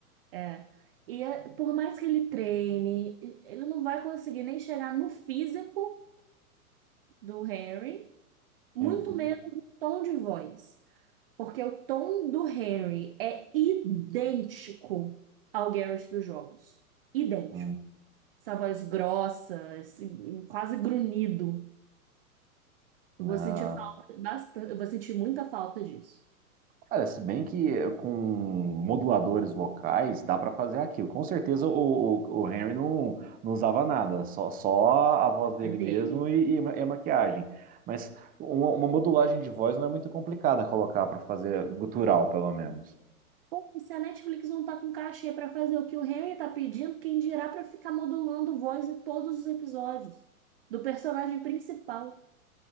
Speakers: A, on the right (about 40°); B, on the right (about 20°).
A: É. E é- por mais que ele treine, ele não vai conseguir nem chegar no físico do Harry, muito
B: Uhum,
A: menos no tom de voz. Porque o tom do Henry é idêntico ao Garrett dos jogos. Idêntico.
B: uhum.
A: Essa voz grossa, esse- quase grunhido. Eu
B: Ah,
A: vou sentir falta bastante, eu vou sentir muita falta disso.
B: Olha, se bem que eh, com moduladores vocais dá pra fazer aquilo. Com certeza o, o, o Henry não, não usava nada, só, só a voz dele
A: É dele.
B: mesmo e, e ma- e a maquiagem. Mas uma, uma modulagem de voz não é muito complicada colocar pra fazer gutural, pelo menos.
A: Pô, e se a Netflix não tá com cachê pra fazer o que o Henry tá pedindo, quem dirá pra ficar modulando voz em todos os episódios do personagem principal